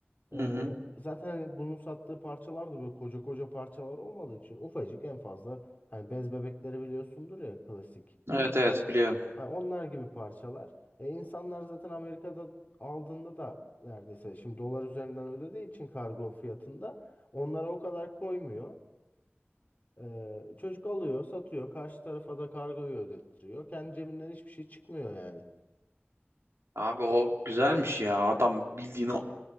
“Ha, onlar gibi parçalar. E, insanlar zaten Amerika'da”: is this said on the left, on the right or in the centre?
Left